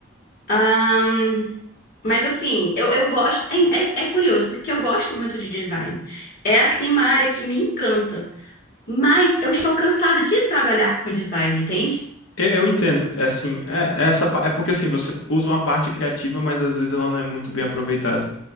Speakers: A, on the left (about 45°); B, on the left (about 70°).
A: Ahn, mas assim, eu, eu gosto. É, é, é curioso, porque eu gosto muito de design. É assim uma área que me encanta. Mas eu estou cansada de trabalhar com design, entende?
B: E- Eu entendo, é assim, é, é essa, pa- é porque assim, você usa uma parte criativa, mas às vezes ela não é muito bem aproveitada.